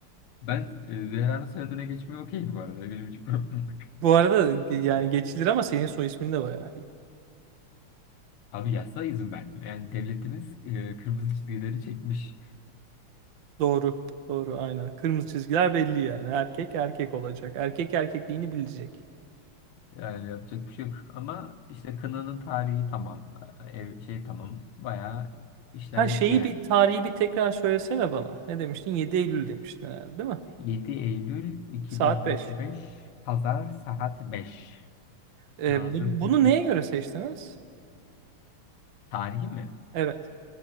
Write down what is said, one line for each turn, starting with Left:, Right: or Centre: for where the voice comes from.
Left: ben e, Zehra'nın soyadına geçmeye okeyim bu arada. Benim hiç <laughs> problem yok.
Right: Bu arada ge- yani geçilir ama senin soy ismin de bayağı iyi.
Left: Abi yasa izin vermiyor. Yani devletimiz e, kırmızı çizgileri çekmiş.
Right: Doğru. Doğru aynen. Kırmızı çizgiler belli yani. Erkek erkek olacak. Erkek erkekliğini bilecek.
Left: Yani yapacak bir şey yok. Ama işte kınanın tarihi tamam. Ev, şey tamam. Bayağı işler
Right: Ha şeyi
Left: bitti yani.
Right: bir tarihi bir tekrar söylesene bana. Ne demiştin? 7 Eylül demiştin herhalde, değil mi?
Left: 7 Eylül 2025
Right: Saat 5.
Left: Pazar saat 5.
Right: Ee,
Left: Nazım
Right: bu- bunu
Left: Hikmet.
Right: neye göre seçtiniz?
Left: Tarihi mi?
Right: Evet.